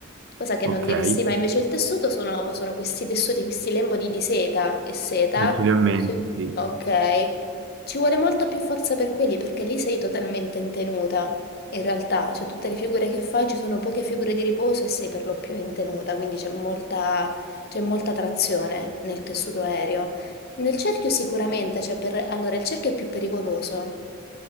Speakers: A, on the left (about 50°); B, on the right (about 60°).
A: cosa che
B: Ok,
A: non diresti
B: ce
A: mai. Invece il tessuto sono, sono questi tessuti, questi lembodi di seta e seta.
B: li ho in
A: Sì.
B: mente, sì.
A: Ok. Ci vuole molta più forza per quelli perché lì sei totalmente in tenuta. In realtà, cioè tutte le figure che fai ci sono poche figure di riposo e sei per lo più in tenuta, quindi c'è molta, c'è molta trazione nel tessuto aereo. Nel cerchio sicuramente, cioè per, allora il cerchio è più pericoloso